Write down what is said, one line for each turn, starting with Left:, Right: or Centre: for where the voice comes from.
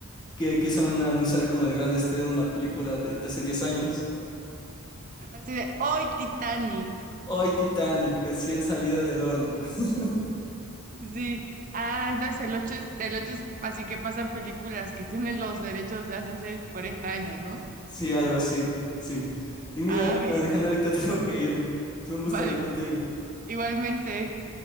Left: que, que saben anunciar como el gran estreno una película de de hace 10 años.
Right: Así de, hoy Titanic.
Left: Hoy Titanic, recién salida del horno. <laughs>
Right: Sí. Ah, entonces el ocho es, el 8 es así que pasan películas que tienen los derechos de hace, hace 40 años, ¿no?
Left: Sí, algo así. Sí. Y mira,
Right: Ah, bien.
Left: Alejandra, ahorita <laughs> tengo que irme. Fue un gusto
Right: <laughs> Vale.
Left: hablar contigo.
Right: Igualmente.